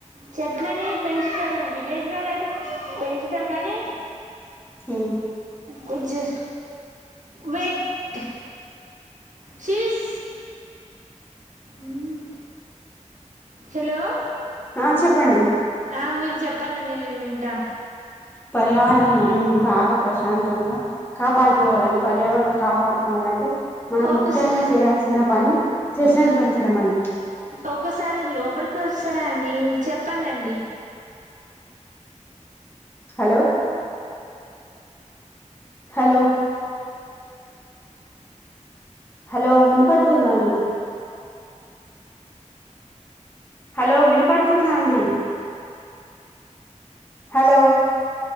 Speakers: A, on the right; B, on the left.
A: చెట్లని పెంచుతారు విలేజ్లలో అయితే పెంచుతారు కానీ
B: మ్మ్
A: కు చే వెేట్ శీష్ మ్మ్ హలో
B: ఆ చెప్పండి
A: ఆ మీరు చెప్పండండి నేను వింటా
B: పర్యావరణం మన బాగా ప్రశాంతంగా కాపాడుకోవాలండి పర్యావరణ కాపాడుకోవాలంటే మనం
A: ఒక్కసారి
B: ముఖ్యంగా చేయాల్సిన పని చెట్లని పెంచడం అండి
A: ఒక్కసారి లోపలికి వస్తారా అండి చెప్పండి అండి
B: హలో హలో హలో వినపడుతుందా అండి హలో వినపడుతుందా అండి హలో